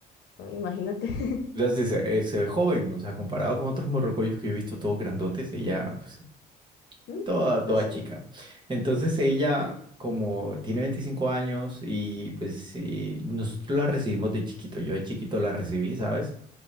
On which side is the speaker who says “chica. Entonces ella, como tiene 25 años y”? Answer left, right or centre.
Right